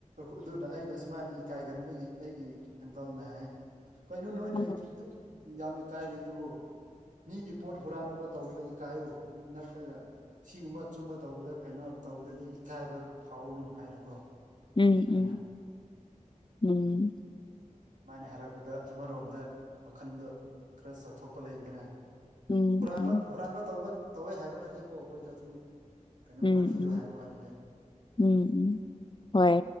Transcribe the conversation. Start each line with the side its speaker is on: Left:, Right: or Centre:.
Right: ꯑꯗꯨꯅ ꯑꯩꯅ ꯁꯨꯃꯥꯏꯅ ꯏꯀꯥꯏꯒꯟꯕꯒꯤ ꯑꯩꯒꯤ ꯑꯪꯀꯜꯅ ꯍꯥꯏ ꯀꯩꯅꯣ ꯅꯣꯏ
Left: ꯎꯝ
Right: ꯅ ꯗꯨ ꯌꯥꯝ ꯏꯀꯥꯏꯔꯤ ꯑꯗꯨꯕꯨ ꯃꯤꯒꯤ ꯄꯣꯠ ꯍꯨꯔꯥꯟꯅꯕ ꯇꯧꯕꯗ ꯏꯀꯥꯏꯌꯨ ꯅꯠꯇ꯭ꯔꯒ ꯁꯤꯒꯨꯝꯕ ꯑꯆꯨꯝꯕ ꯇꯧꯕꯗ ꯀꯩꯅꯣ ꯇꯧꯕꯗꯗꯤ ꯏꯀꯥꯏꯕ ꯐꯥꯎꯅꯨ ꯍꯥꯏꯅꯀꯣ
Left: ꯎꯝ
Right: ꯍ
Left: ꯎꯝ
Right: ꯃꯥꯥꯏꯅ ꯍꯥꯏꯔꯛꯄꯗ ꯑꯃꯔꯣꯝꯗ ꯋꯥꯈꯜꯗꯣ ꯈꯔ ꯆꯠꯊꯣꯛꯄ ꯂꯩꯗꯅ
Left: ꯎꯝ
Right: ꯍꯨꯔꯥꯟꯕ
Left: ꯎꯝ ꯎꯝ
Right: ꯍꯨꯔꯥꯟꯕ ꯇꯧꯕ ꯇꯧꯋꯦ ꯍꯥꯏꯕ ꯅꯠꯇꯦꯀꯣ ꯑꯩꯈꯣꯏꯗ ꯁꯨꯝ ꯀꯩꯅꯣ
Left: ꯎꯝ
Right: ꯋꯥꯔꯤꯗꯣ
Left: ꯎꯝ
Right: ꯍꯥꯏꯕ ꯋꯥꯅꯤꯗ
Left: ꯎꯝ ꯍꯣꯏ